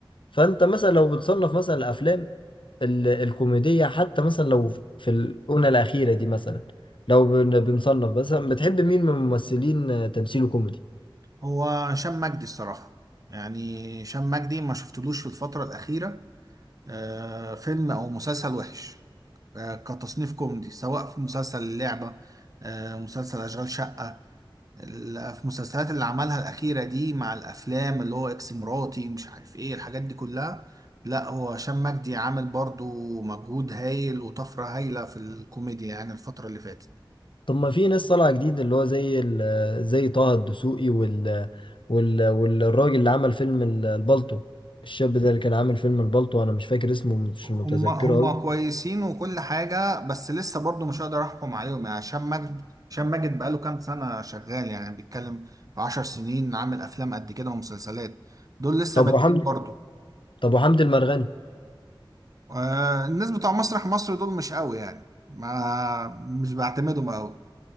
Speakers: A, on the left; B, on the right.
A: فانت مثلا لو بتصنف مثلا الافلام ال- الكوميدية حتى مثلا لو في الأونة الأخيرة دي مثلا لو بن- بنصنف مثلا بتحب مين من الممثلين آه، تمثيله كوميدي
B: هو هشام مجدي الصراحة يعني هشام مجدي ما شفتلوش في الفترة الأخيرة آه، فيلم او مسلسل وحش آه، كتصنيف كوميدي سواء في مسلسل اللعبة آه، مسلسل أشغال شقة ال- في المسلسلات اللي عملها الأخيرة دي مع الأفلام اللي هو إكس مراتي مش عارف إيه الحاجات دي كلها لا هو هشام مجدي عامل برضو مجهود هايل وطفرة هايلة في الكوميديا يعني الفترة اللي فاتت
A: طب ما في ناس طالعة جديد اللي هو زي ال- زي طه الدسوقي وال وال والراجل اللي عمل فيلم ال- البلطو الشاب ده اللي كان عامل فيلم البلطو أنا مش فاكر اسمه مش متذكره
B: هم هم
A: أوي
B: كويسين وكل حاجة بس لسه برضو مش هقدر أحكم عليهم يعني هشام ماجد هشام ماجد بقاله كام سنة شغال يعني بيتكلم في عشر سنين عامل أفلام قد كده ومسلسلات دول لسه
A: طب
B: بادئين
A: وحمدي
B: برضو
A: طب وحمدي المرغني
B: آه الناس بتوع مسرح مصر دول مش قوي يعني ما مش بعتمدهم قوي